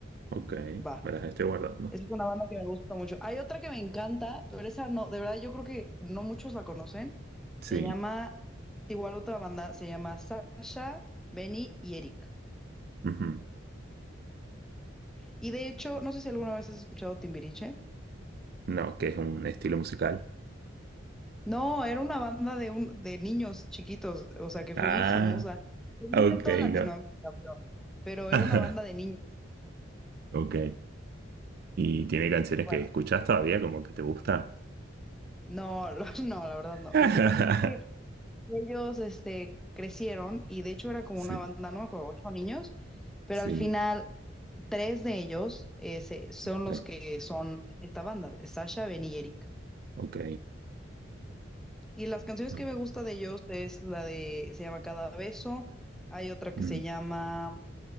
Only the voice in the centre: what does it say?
va.
Esa es una banda que me gusta mucho. Hay otra que me encanta, pero esa no, de verdad yo creo que no muchos la conocen. Se
llama, igual otra banda, se llama Sasha, Benny y Eric.
Y de hecho, no sé si alguna vez has escuchado Timbiriche.
No, era una banda de, un, de niños chiquitos, o sea, que fue
muy famosa. Tenía
en toda Latinoamérica,
pero, pero
era una banda de niños.
Bueno,
no, <laughs> lo- no, la verdad no.
Lo que pasa es que Ellos, este, crecieron y de hecho era como
una banda, no me acuerdo, ocho niños, pero
al final tres de ellos eh, se- son
los que son esta banda, Sasha, Ben y Eric.
Y las canciones
que me gusta de ellos es la de, se llama Cada Beso, hay otra que
se llama,